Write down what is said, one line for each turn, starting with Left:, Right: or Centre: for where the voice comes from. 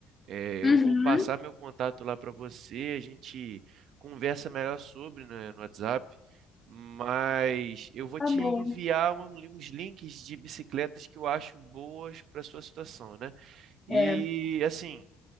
Right: É,
Left: Uhum,
Right: eu vou passar meu contato lá para você, a gente conversa melhor sobre, né, no WhatsApp, mas eu vou
Left: tá
Right: te
Left: bom.
Right: enviar um- uns links de bicicletas que eu acho boas para sua situação, né? E
Left: É,
Right: assim,